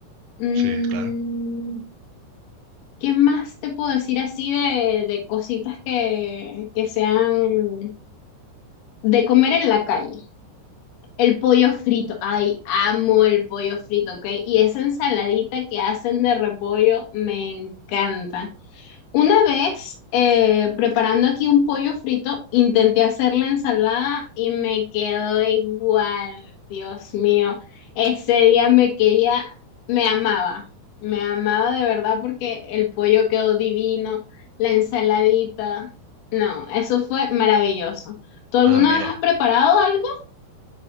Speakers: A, on the left; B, on the right.
A: Mm,
B: Sí, claro.
A: ¿qué más te puedo decir así de, de cositas que, que sean de comer en la calle? El pollo frito, ay, amo el pollo frito, ¿ok? Y esa ensaladita que hacen de repollo me encanta. Una vez eh, preparando aquí un pollo frito, intenté hacer la ensalada y me quedó igual, Dios mío. Ese día me quería, me amaba, me amaba de verdad porque el pollo quedó divino, la ensaladita. No, eso fue maravilloso. ¿Tú alguna
B: Ah, mira,
A: vez has preparado algo?